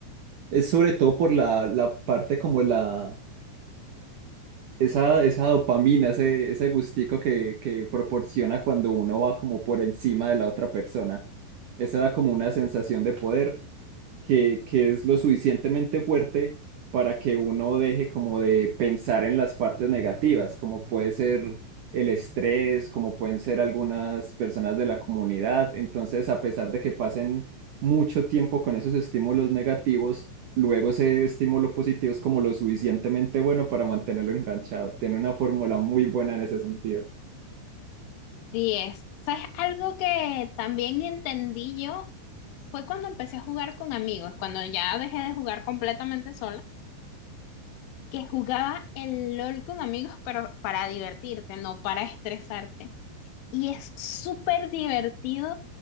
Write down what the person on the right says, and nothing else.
es sobre todo por la, la parte como la, esa, esa dopamina, ese, ese gustico que, que proporciona cuando uno va como por encima de la otra persona. Esa da como una sensación de poder que, que es lo suficientemente fuerte para que uno deje como de pensar en las partes negativas, como puede ser el estrés, como pueden ser algunas personas de la comunidad. Entonces, a pesar de que pasen mucho tiempo con esos estímulos negativos, luego ese estímulo positivo es como lo suficientemente bueno para mantenerlo enganchado. Tiene una fórmula muy buena en ese sentido.